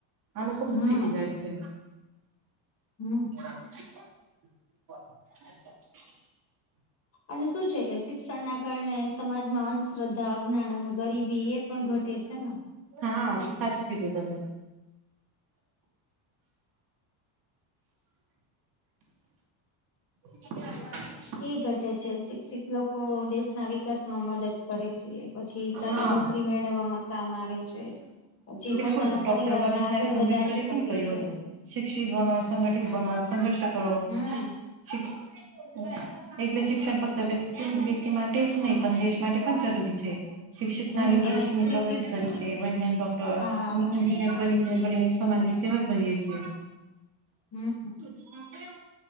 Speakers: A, on the right; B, on the left.
A: આ લોકો
B: હમ
A: પણ શીખી જાય છે
B: હમ
A: <inaudible>
B: અને શું છે કે શિક્ષણ ના કારણે સમાજમાં અંધશ્રદ્ધા જ્ઞ ના ના ગરીબી એ પણ ઘટે છે ને
A: હા સાચું કીધું તમે <inaudible>
B: એ ઘટે છે શિક્ષિત લોકો દેશના વિકાસ માં મદદ કરે છે પછી સારી
A: હા
B: નોકરી મેળવવામાં કામ આવે છે પછી
A: બિલકુલ
B: પોતાના
A: ડોક્ટર
B: પરિવારને
A: બાબા
B: આગળ
A: સાહેબ આંબેડકરે
B: વધારી શકે
A: પણ કહ્યું
B: છે
A: હતું શિક્ષિત બનો સંગઠિત બનો સંઘર્ષ કરો
B: હમ
A: શ એટલે શિક્ષણ ફક્ત વ્યક્તિ વ્યક્તિ માટે જ નહી પણ દેશ માટે પણ જરૂરી છે શિક્ષિત
B: હમ
A: નાગરી દેશની
B: એમાં સ્ત્રી
A: પ્રગતિ
B: શિક
A: કરી છે વૈજ્ઞાનિક ડોક્ટર
B: હા
A: કરીને બ સમાજ ની સેવા કરીએ છ છે
B: હમ
A: હ